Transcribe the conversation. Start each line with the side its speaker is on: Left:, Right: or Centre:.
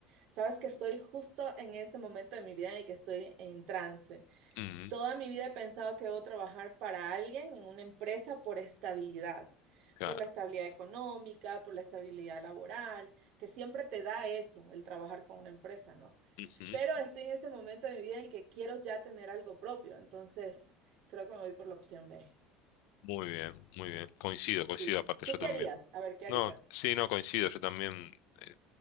Right: Sabes que estoy justo en ese momento de mi vida en el que estoy en trance.
Left: Ujú,
Right: Toda mi vida he pensado que debo trabajar para alguien en una empresa por estabilidad,
Left: claro.
Right: por la estabilidad económica, por la estabilidad laboral, que siempre te da eso, el trabajar con una empresa, ¿no?
Left: Ujú.
Right: Pero estoy en ese momento de mi vida en el que quiero ya tener algo propio, entonces creo que me voy por la opción B.
Left: Muy bien, muy bien. Coincido, coincido,
Right: Sí.
Left: aparte
Right: ¿Tú
Left: yo también.
Right: qué harías? A ver, ¿qué harías?
Left: No, sí, no, coincido, yo también. eh,